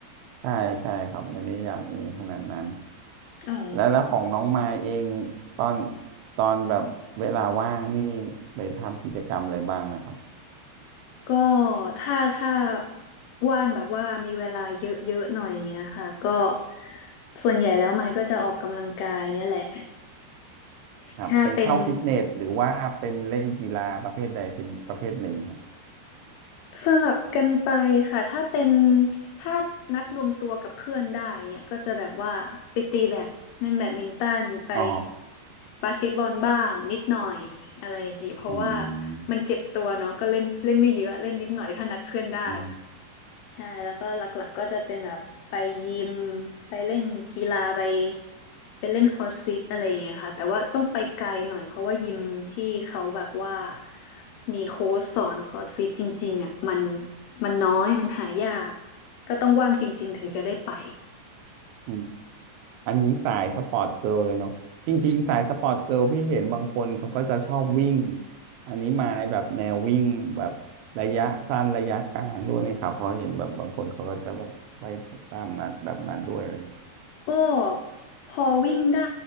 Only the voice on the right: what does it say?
ใช่ใช่ครับไม่ได้อยากเรียนขนาดนั้น
แล้วแล้วของน้องมายเองตอนตอนแบบเวลาว่างนี่ไปทำกิจกรรมอะไรบ้างนะครับ
ครับเป็นเข้าฟิตเนสหรือว่าเป็นเล่นกีฬาประเภทใดเป็นประเภทหนึ่งครับ
อ๋อ
อืม
อื
ม อันนี้สายสปอร์ตเกิร์ลเลยเนาะจริงๆสายสปอร์ตเกิร์ลพี่เห็นบางคนเขาก็จะชอบวิ่งอันนี้มาแบบแนววิ่งแบบระยะสั้นระยะกลางด้วยไหมครับเพราะเห็นแบบบางคนเขาก็จะแบบไปตามนั้นแบบนั้นด้วยอะไรอย่างเงี้ย